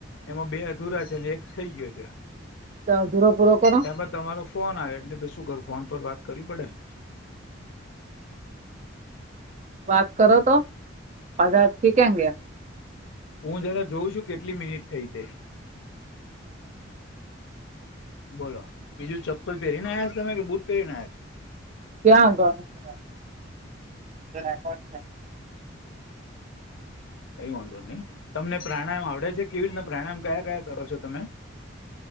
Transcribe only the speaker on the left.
એમાં બે અધુરા છે એટલે એક થઈ ગયો છે
એમાં તમારો આ એટલે પછી શું કરું ફોન પર વાત કરવી પડેને
હું જરા જોઉં છું કેટલી મિનિટ થઈ તે. બોલો. બીજું ચપ્પલ પહેરી ના આવ્યા છો તમે કે બુટ પહેરી આયા છો?
કઈ વાંધો નઈ તમને પ્રાણાયામ આવડે છે કેવી રીતના પ્રાણાયામ કયા કયા કરો છો તમે?